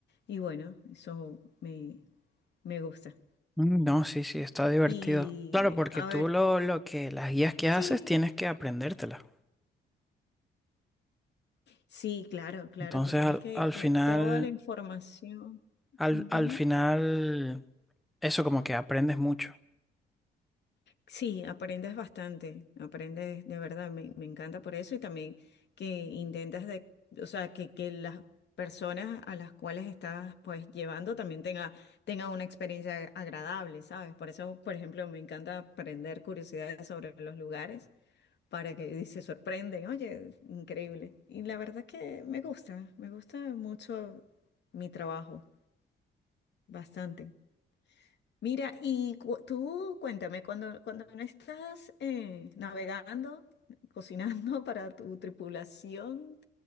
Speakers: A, on the left (about 60°); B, in the centre.
A: y bueno, eso me, me gusta.
B: Mm, No, sí, sí, está divertido.
A: Y
B: Claro, porque
A: a
B: tú
A: ver,
B: lo, lo que, las guías que haces
A: sí,
B: tienes que aprendértelas.
A: sí, claro, claro,
B: Entonces
A: te tienes
B: al,
A: que,
B: al
A: que
B: final,
A: toda la información.
B: al,
A: ujú.
B: al final, eso como que aprendes mucho.
A: Sí, aprendes bastante, aprendes de verdad, me, me encanta por eso y también que intentas de, o sea, que, que las personas a las cuales estás pues llevando también tenga, tenga una experiencia agradable, ¿sabes? Por eso, por ejemplo, me encanta aprender curiosidades sobre los lugares para que y se sorprenden, oye, increíble. Y la verdad que me gusta, me gusta mucho mi trabajo, bastante. Mira, y cu- tú cuéntame, cuando, cuando no estás eh, navegando, cocinando <laughs> para tu tripulación,